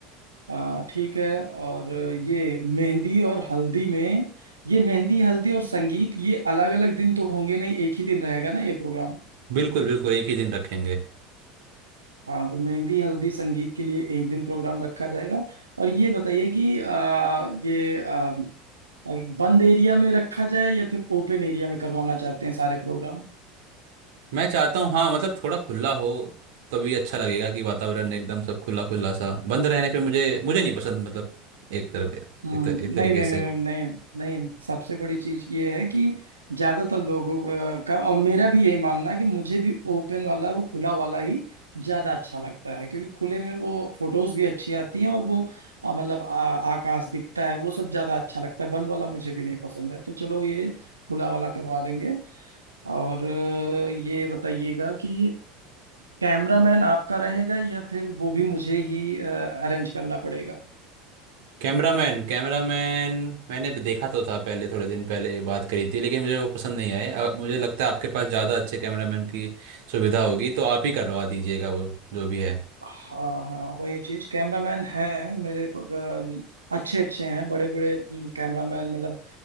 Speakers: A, on the right; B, on the right.
A: अ, ठीक है और ये मेहंदी और हल्दी में ये मेहंदी हल्दी और संगीत ये अलग अलग दिन तो होंगे नहीं एक ही दिन रहेगा ना ये प्रोग्राम
B: बिल्कुल बिल्कुल एक ही दिन रखेंगे
A: हाँ तो मेहंदी हल्दी संगीत के लिए एक दिन प्रोग्राम रखा जाएगा और ये बताइए कि आ, ये आ, बंद एरिया में रखा जाए या फिर ओपन एरिया में करवाना चाहते हैं सारे प्रोग्राम
B: मैं चाहता हूँ हाँ मतलब थोड़ा खुला हो तभी अच्छा लगेगा कि वातावरण एकदम सब खुला खुला सा बंद रहने पे मुझे मुझे नहीं पसंद मतलब एक तरफ
A: हम्म,
B: एक, तर, एक तरीके
A: नहीं नहीं
B: से
A: नहीं नहीं नहीं सबसे बड़ी चीज ये है कि ज्यादातर लोगों अ, का और मेरा भी यही मानना है कि मुझे भी ओपन वाला वो खुला वाला ही ज्यादा अच्छा लगता है क्योंकि खुले में वो फोटोज भी अच्छी आती हैं और वो अ, मतलब आ, आकाश दिखता है वो सब ज्यादा अच्छा लगता है बंद वाला मुझे भी नहीं पसंद है तो चलो ये खुला वाला करवा देंगे और अ, ये बताइएगा कि कैमरामैन आपका रहेगा या फिर वो भी मुझे ही अरेंज करना पड़ेगा
B: कैमरामैन कैमरामैन मैंने देखा तो था पहले थोड़े दिन पहले बात करी थी लेकिन मुझे वो पसंद नहीं आए अ, मुझे लगता है आपके पास ज़्यादा अच्छे कैमरामैन की सुविधा होगी तो आप ही करवा दीजिएगा वो जो भी है
A: हाँ हाँ वही चीज कैमरामैन है मेरे प- अ, अच्छे अच्छे हैं बड़े बड़े कैमरामैन मतलब